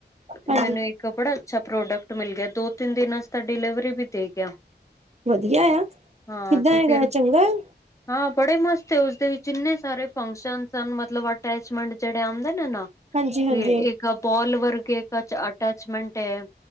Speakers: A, on the left; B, on the right.
A: ਤੇ
B: ਹਾਂਜੀ
A: ਮੈਨੂੰ ਇੱਕ ਬੜਾ ਅੱਛਾ ਪ੍ਰੋਡਕਟ ਮਿਲ ਗਿਆ, ਦੋ ਤਿੰਨ ਦਿਨਾਂ ਚ, ਤਾਂ ਡਿਲੀਵਰੀ ਵੀ ਦੇ ਗਿਆ
B: ਵਧੀਆ ਆ,
A: ਹਾਂ
B: ਕਿੱਦਾਂ
A: ਤੇ
B: ਹੈਗਾ,
A: ਫਿਰ
B: ਚੰਗਾ ਐ
A: ਹਾਂ ਬੜੇ ਮਸਤ, ਉਸਦੇ ਵਿੱਚ ਇੰਨੇ ਸਾਰੇ ਫੰਕਸ਼ਨ ਅਨ, ਮਤਲਬ ਅਟੈਚਮੈਂਟ ਜਿਹੜੇ ਆਉਂਦੇ ਨੇ ਨਾ।
B: ਹਾਂਜੀ ਹਾਂਜੀ
A: ਤੇ ਇੱਕ ਬੋਲ ਵਰਗੇ ਇੱਕ ਅਟੈਚਮੈਂਟ ਹੈ,